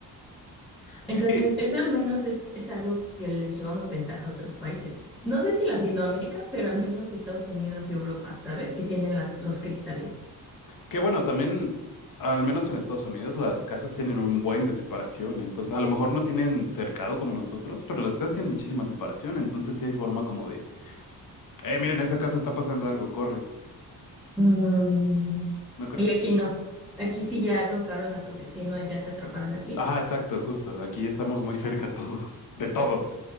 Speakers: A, on the left; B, in the centre.
A: Sí,
B: Entonces, eso al menos es, es algo que les llevamos ventaja a otros países. No sé si Latinoamérica, pero al menos Estados Unidos y Europa, ¿sabes? Que tienen las, los cristales.
A: Que bueno, también, al menos en Estados Unidos, las casas tienen un buen de separación. Entonces, a lo mejor no tienen cercado como nosotros, pero las casas tienen muchísima separación. Entonces, sí hay forma como de, eh, miren, esa casa está pasando algo, corre.
B: Mm.
A: ¿No crees?
B: Y aquí no. Aquí sí ya tocaron a tu vecino, ya te atraparon a ti.
A: Ajá, exacto, justo. Aquí estamos muy cerca todo, <laughs> de todo.